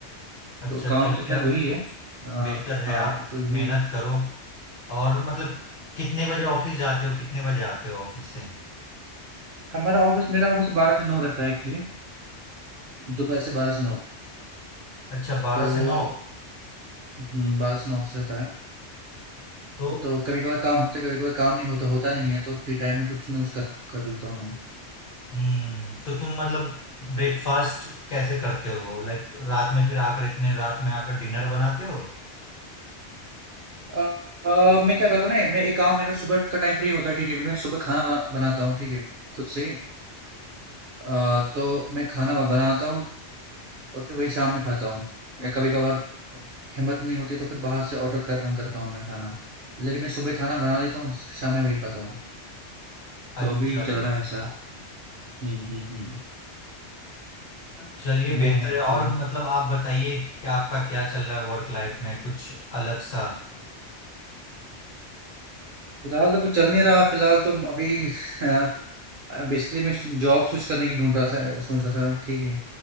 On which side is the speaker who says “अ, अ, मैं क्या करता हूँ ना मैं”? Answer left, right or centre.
Right